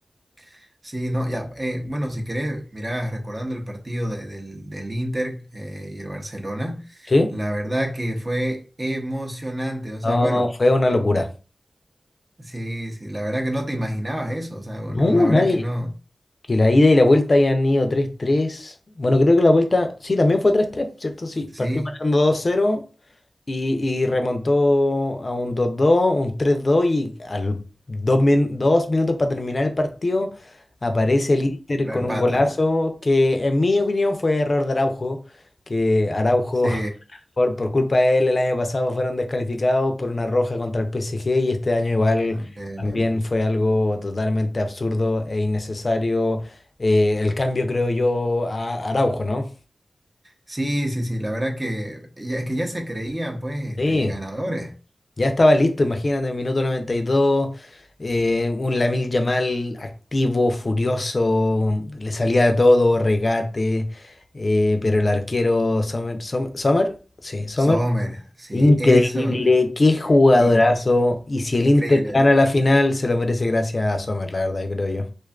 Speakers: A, on the right (about 35°); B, on the left (about 50°).
A: <laughs> sí, no, ya, eh, bueno, si querés, mirá, recordando el partido de- del, del Inter eh, y el Barcelona,
B: ¿Sí?
A: la verdad que fue emocionante, o
B: No,
A: sea, bueno,
B: fue una locura.
A: sí, sí, la verdad que no te imaginabas eso, o sea, bueno,
B: No,
A: la verdad
B: nadie.
A: que no,
B: Que la ida y la vuelta hayan ido tres tres Bueno, creo que la vuelta, sí, también fue tres tres ¿cierto? Sí, partió
A: sí,
B: ganando dos cero y, y remontó a un dos dos un tres dos y al dos, min- dos minutos para terminar el partido aparece el Inter
A: lo
B: con
A: empata,
B: un golazo que en mi opinión fue error de Araujo, que Araujo
A: sí,
B: por, por culpa de él, el año pasado fueron descalificados por una roja contra el PSG y este año igual
A: también.
B: también fue algo totalmente absurdo e innecesario eh, el cambio, creo yo, a Araujo, ¿no?
A: Sí, sí, sí, la verdad que ya, que ya se creían pues este,
B: Sí,
A: ganadores.
B: ya estaba listo, imagínate, en minuto 92, eh, un Lamil Yamal activo, furioso, le salía de todo, regate, eh, pero el arquero Sommer, Som- Sommer, sí, Sommer,
A: Sommer, sí,
B: Increíble,
A: eso,
B: qué jugadorazo.
A: i-
B: Y si
A: increíble.
B: el Inter gana la final, se lo merece gracias a Sommer, la verdad, yo creo yo.